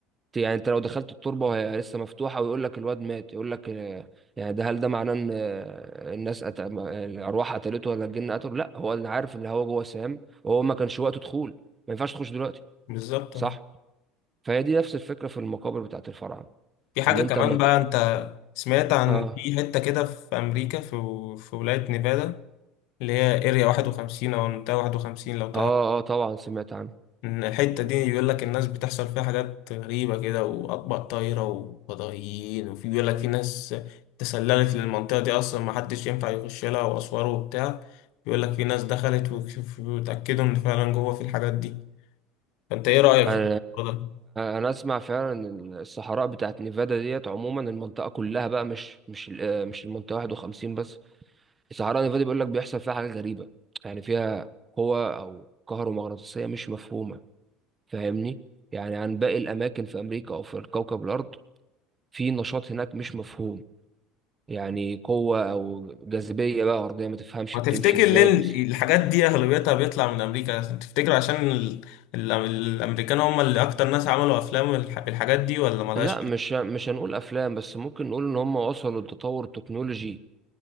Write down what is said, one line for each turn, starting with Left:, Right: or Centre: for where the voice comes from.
Right: يعني انت لو دخلت التربه وهي لسه مفتوحه ويقول لك الواد مات يقول لك آه، يعني ده هل ده معناه ان آه، الناس أت... ما- الارواح قتلته ولا الجن قتله لا هو اللي عارف اللي هو جوه سام وهو ما كانش وقته دخول ما ينفعش تخش دلوقتي
Left: بالظبط
Right: صح
Left: اه.
Right: فهي دي نفس الفكره في المقابر بتاعت الفراعنه
Left: في حاجة
Right: ان انت
Left: كمان
Right: ما ت...
Left: بقى انت سمعت عن
Right: اه
Left: في حتة كده في امريكا في في ولاية نيفادا اللي هي اريا 51 او منطقة 51 لو تعرف
Right: اه اه طبعا سمعت عنه
Left: إن الحتة دي بيقول لك الناس بتحصل فيها حاجات غريبة كده وأطباق طايرة وفضائيين وفي بيقول لك في ناس تسللت للمنطقة دي أصلا محدش ينفع يخش لها وأسوار وبتاع بيقول لك في ناس دخلت وكشف- وتأكدوا إن فعلا جوه في الحاجات دي فأنت إيه رأيك
Right: انا
Left: في الموضوع ده؟
Right: آه، انا اسمع فعلا ان الصحراء بتاعت نيفادا ديت عموما المنطقه كلها بقى مش مش ال- آه، مش المنطقه 51 بس الصحراء النفاذي بيقول لك بيحصل فيها حاجات غريبة يعني فيها قوة أو كهرومغناطيسية مش مفهومة فاهمني يعني عن باقي الأماكن في أمريكا أو في الكوكب الأرض في نشاط هناك مش مفهوم يعني قوة أو جاذبية بقى أرضية ما تفهمش
Left: ما
Right: بتمشي
Left: تفتكر
Right: إزاي
Left: ليه ال-
Right: بس
Left: الحاجات دي أغلبيتها بيطلع من أمريكا تفتكر عشان ال- ال- الأمريكان هم اللي أكتر ناس عملوا أفلام بالح- بالحاجات دي ولا ملهاش
Right: لا مش مش هنقول أفلام بس ممكن نقول إن هم وصلوا لتطور التكنولوجي